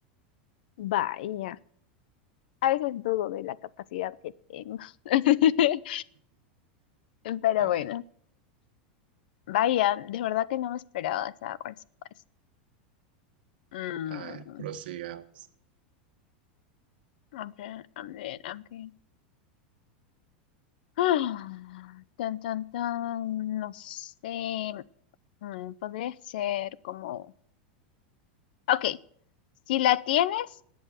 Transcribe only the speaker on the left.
Vaya. A veces dudo de la capacidad que tengo. <laughs> Pero
bueno, vaya, de verdad que no me esperaba esa respuesta. Mm,
a ver, a ver, a ver. Ah, tan, tan, tan, no sé. Mm, podría ser como... Ok, si la tienes,